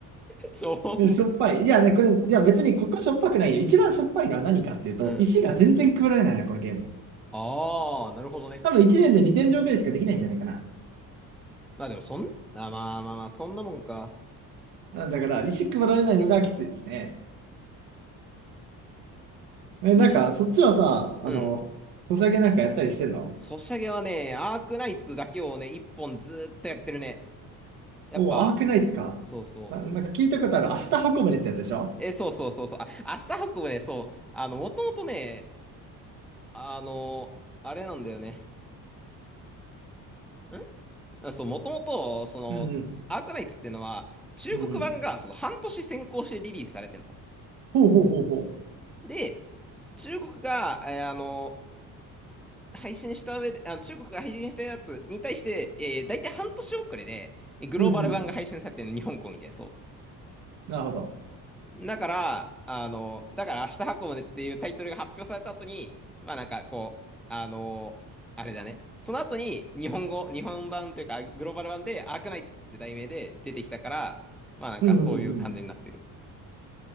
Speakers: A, in the centre; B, on the right.
A: <laughs> しょっぽ、
B: え、
A: シ
B: しょっぱい。いやね、これ、いや、
A: ョッが
B: 別にここしょっぱくないよ。一番しょっぱいのは何かっていうと、
A: うん。
B: 石が全然配られないの、このゲーム。
A: ああ、なるほどね。
B: 多分1年で2点上くらいしかできないんじゃないかな。
A: まあでもそん、あ、まあまあまあ、そんなもんか。
B: うんだから、石配られないのがきついですね。え、
A: 一し、
B: なんか、そっちはさ、あの、
A: うん。
B: ソシャゲなんかやったりしてんの
A: ソシャゲはね、アークナイツだけをね、一本ずーっとやってるね。やっぱ、
B: おー、アークナイツか。
A: そうそう。
B: あ、なんか聞いたことある。明日運ぶねってやつでしょ
A: え、そうそうそうそう。あ、明日運ぶね、そう。あの、もともとね、あの、あれなんだよね。んあそう、もともと、その、
B: うんうん。
A: アークナイツっていうのは、中国版がその半年先行してリリースされてんの。
B: うんうん。ほうほうほうほ
A: で、中国が、えーあの、配信した上で、あ、中国が配信したやつに対して、えー、大体半年遅れで、えーグローバル版が配信されてるの、
B: う。うんうん。
A: 日本公演で、そう。
B: なるほど。
A: だから、あの、だから明日運ぶねっていうタイトルが発表された後に、まあなんかこう、あの、あれだね。その後に日本語、日本版というかグローバル版でアークナイツって題名で出てきたから、まあなんかそういう感じになってる。
B: うんうん